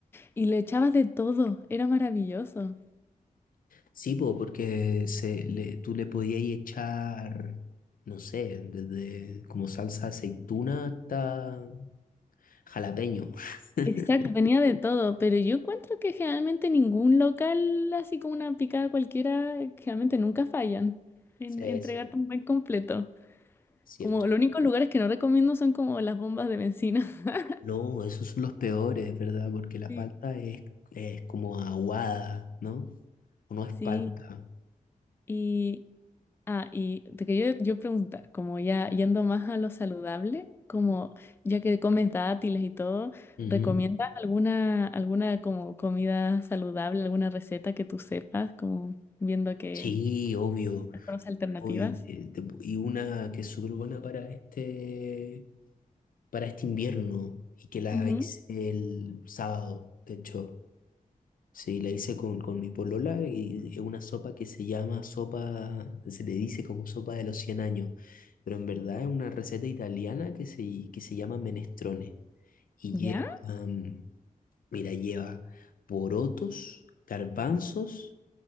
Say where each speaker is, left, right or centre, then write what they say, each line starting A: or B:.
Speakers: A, on the left; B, on the left.
A: y le echabas de todo, era maravilloso.
B: Sí, po, porque se, le, tú le podías echar, no sé, desde como salsa de aceituna hasta jalapeño. <laughs>
A: Exacto, tenía de todo, pero yo encuentro que generalmente ningún local, así como una picada cualquiera, generalmente nunca fallan en
B: Sí,
A: entregar
B: sí,
A: tan buen completo.
B: cierto.
A: Como los únicos lugares que no recomiendo son como las bombas de bencina. <laughs>
B: No, esos son los peores, ¿verdad? Porque la
A: Sí.
B: palta es, es como aguada, ¿no? O no es
A: Sí,
B: palta.
A: y, ah, y te quería yo preguntar, como ya yendo más a lo saludable, como ya que comes dátiles y todo,
B: Ujú.
A: ¿recomiendas alguna, alguna como comida saludable, alguna receta que tú sepas, como viendo que...
B: Sí, obvio.
A: con las alternativas.
B: obvio. y te- te- y una que es súper buena para este, para este invierno y que la
A: Ujú.
B: hice el sábado, de hecho. Sí, la hice con, con mi polola y es una sopa que se llama sopa, se le dice como sopa de los 100 años, pero en verdad es una receta italiana que se, que se llama menestrone y
A: ¿Ya?
B: lleva, mm, mira, lleva porotos, garbanzos,